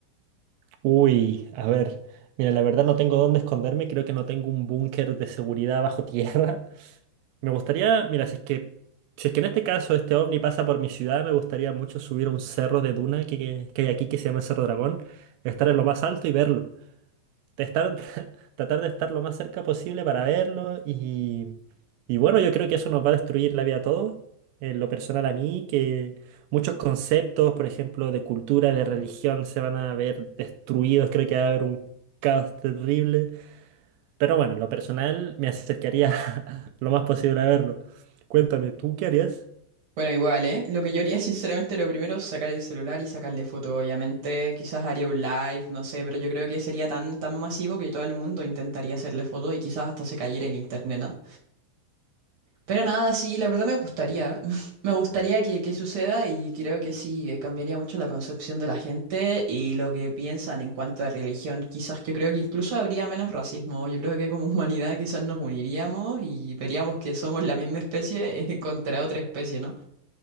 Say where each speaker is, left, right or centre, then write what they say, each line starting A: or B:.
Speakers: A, on the right; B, on the right.
A: Uy, a ver, mira, la verdad no tengo dónde esconderme, creo que no tengo un búnker de seguridad bajo tierra. Me gustaría, mira, si es que, si es que en este caso este ovni pasa por mi ciudad, me gustaría mucho subir a un cerro de duna que, que- que hay aquí que se llama el Cerro Dragón, estar en lo más alto y verlo. De estar, <laughs> tratar de estar lo más cerca posible para verlo y, y bueno, yo creo que eso nos va a destruir la vida a todos, en lo personal a mí, que muchos conceptos, por ejemplo, de cultura, de religión, se van a ver destruidos, creo que va a haber un caos terrible. Pero bueno, en lo personal me acercaría <laughs> lo más posible a verlo. Cuéntame, ¿tú qué harías?
B: Bueno, igual, ¿eh? Lo que yo haría, <laughs> sinceramente, lo primero es sacar el celular y sacarle foto, obviamente. Quizás haría un live, no sé, pero yo creo que sería tan, tan masivo que todo el mundo intentaría hacerle foto y quizás hasta se cayera en internet, ¿no? Pero nada, sí, la verdad me gustaría. <laughs> Me gustaría que, que suceda y creo que sí, eh, cambiaría mucho la concepción de la gente y lo que piensan en cuanto a religión. Quizás yo creo que incluso habría menos racismo. Yo creo que como <laughs> humanidad quizás nos uniríamos y veríamos que somos la misma especie, <laughs> eh, contra otra especie, ¿no?